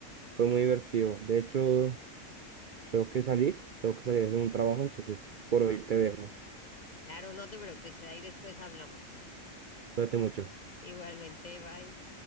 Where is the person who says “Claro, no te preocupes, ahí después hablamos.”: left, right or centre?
Left